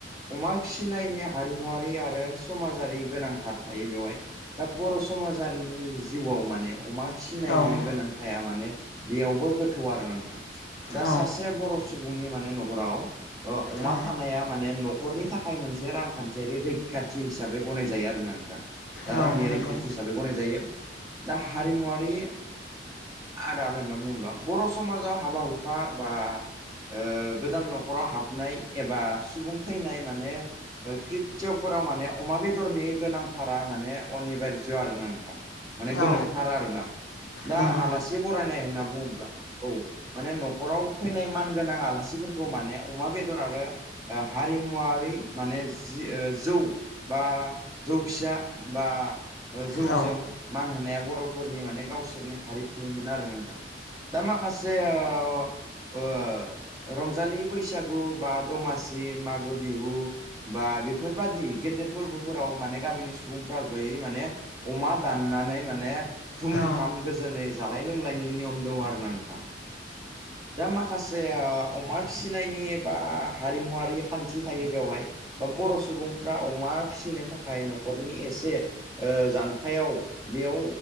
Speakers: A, on the right; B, on the left.
A: अमा फिसिनायनि हारिमुवारि आरो समाजारि गोनांथार थायो बेवहाय दा बर' समाजारिनि जिउआव माने अमा फिसिनायनि
B: औ
A: गोनांथाया माने बेयावबो गोथौ आरो नोंथां दा
B: औ
A: सासे बर' सुबुंनि माने न'खराव अमा
B: औ
A: थानाया माने न'खरनि थाखाय मोनसे रांखान्थियारि रैखाथि हिसाबै गनाय जायो आरोना नोंथां दा
B: औ
A: रांनि
B: नंगौ
A: रैखाथि हिसाबै गनाय जायो दा हारिमुवारि आदार होनना बुङोब्ला बर' समाजाव हाबा हुखा बा ओ गोदान न'खराव हाबनाय एबा सुबुं थैनाय माने कृतयफोराव माने अमा बेदरनि गोनांथारा माने अनिबारज आरो ना नोंथां माने गोनांथार
B: औ
A: आरोना दा
B: नंगौ
A: आलासि बरायनाय होनना बुङोब्ला औ माने न'खराव फैनाय मान गोनां आलासिफोरखौ माने अमा बे दर आरो हारिमुवारि माने जि जौ बा जौ फिसा बा ओ जौजों
B: औ
A: मान होनाया बर'फोरनि माने गावसोरनि हारिमुमोन आरो नोंथां दा माखासे ओ रंजालि बैसागु बा दमासि मोगो बिहु बा बेफोरबादि गेदेर फोरबोफोराव माने गामिनि सुबुंफ्रा जयै माने अमा दाननानै माने थुम
B: औ
A: थाम गोजोनै जालाय लोंलायनायनि नियम दं आरो ना नोंथां दा माखासे अमा फिसिनायनि बा हारिमुवारि खान्थि थायो बेवहाय बा बर' सुबुंफ्रा अमा फिसिनो थाखाय न'खरनि एसे ओ जान्थायाव बेयाव